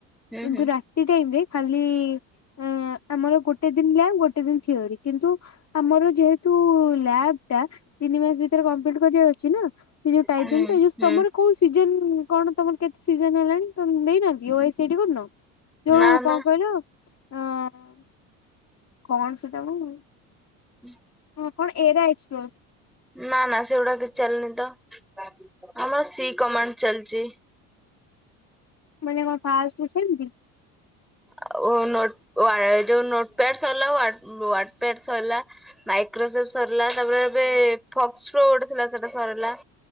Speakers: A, in the centre; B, on the left.
A: ହୁଁ
B: କିନ୍ତୁ
A: ହୁଁ
B: ରାତି ଟାଇମ୍ ରେ ଖାଲି, ଅଁ ଆମର ଗୋଟେ ଦିନ ଲ୍ୟାବ୍, ଗୋଟେ ଦିନ ଥିଓରି। କିନ୍ତୁ ଆମର ଯେହେତୁ ଲ୍ୟାବ୍ ଟା ତିନି ମାସ ଭିତରେ କମ୍ପ୍ଲିଟ୍ କରିବାର ଅଛ୍। ଅଛି ନା ସେ ଯୋଉ ଟାଇପିଂଟା
A: ହୁଁ
B: ଏ ଯୋଉ
A: ହୁଁ
B: ତମର କୋଉ ସିଜନ୍? କଣ ତମର କେତେ ସିଜନ୍ ହେଲାଣି? ତମେ ଦେଇନାହାନ୍ତି ଓ ଐଶି ଏଠି କରୁନ? ଯୋଉ
A: ନା
B: କଣ
A: ନା
B: କହିଲ ଏଁ କଣ ସେଟ ମୁ <unintelligible>
A: ହୁଁ
B: ହଁ, କଣ ଏଟା ଏକ୍ସପ୍ଲୋର୍?
A: ନାଁ ନାଁ, ସେଗୁଡ଼ା କିଚ୍ ଚାଲିନି ତ ଆମର ସି କମାଣ୍ଡ୍ ଚାଲିଚି।
B: ମାନେ କଣ ଫାସ୍ ରୁ ସେମତି?
A: ଆଉ ନୋଟ୍ ଆ ଯୋଉ ନୋଟ୍ ପ୍ୟାଡ଼୍ ସରିଲା ଆଉ ୱାର୍ଡ୍‌ପ୍ୟାଡ୍ ସରଲା। ମାଇକ୍ରୋସଫ୍ଟ ସରିଲା ତା, ପରେ ଏବେ ଫକ୍ସପ୍ରୋ ଗୋଟେ ଥିଲା ସେଟା ସରିଲା